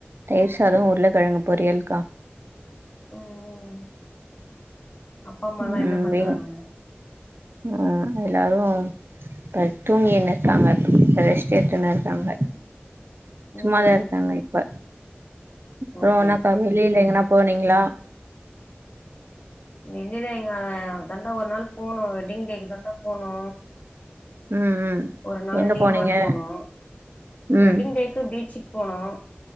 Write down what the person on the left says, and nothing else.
ம் அப்பா அம்மாலா
என்ன பண்றாங்க
ம்
ம்
ஓகே
ஓகே
ம்
வெளில எங்க அதாண்டா ஒரு நாள் போனோ வெட்டிங் டேக்கு தாண்டா போணு
ஒரு நாள்
டி
மார்ட் போனோ
வெட்டிங் டேக்கு பீச்சுக் போனோ